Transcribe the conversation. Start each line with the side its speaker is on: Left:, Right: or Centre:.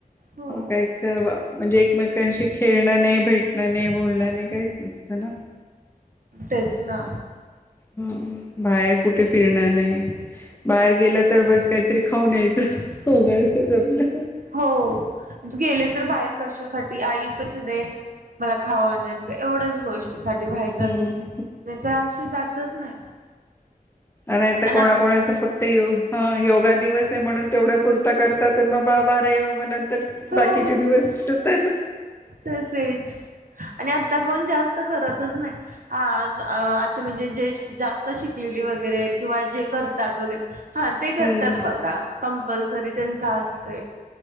Right: हो
Left: काय का म्हणजे एकमेकांशी खेळणं नाही भेटणं नाही बोलणं नाही काहीच चला.
Right: तेच ना.
Left: ह बाहेर कुठे फिरणार नाही बाहेर गेलं तर बस. काहीतरी खाऊन यायचं, हो गायचच आपल.
Right: हो गेले तर बाहेर. कषासाठी आई. दे मला खावानच एवढच गोष्टी साठी बाहेर
Left: हम्म
Right: जातात, नाही तर अशी जातच नाही.
Left: नाहीत
Right: आणि
Left: कोणा कोणाच फक्त यो हा योगा दिवस आहे, म्हणून तेवढ्या पूर्ता करतात म बा बारे म्हणत. तर
Right: हो
Left: बाकीचे दिवसत.
Right: तसेच आणि आता कोण जास्त करतच नाही. हा असे म्हणजे जे जास्त शिकलेली वगैरे किंवा जे करतात वगैरे. हा ते करतात
Left: हम्म
Right: बघा. कंपलसरी त्यांचा असतंय.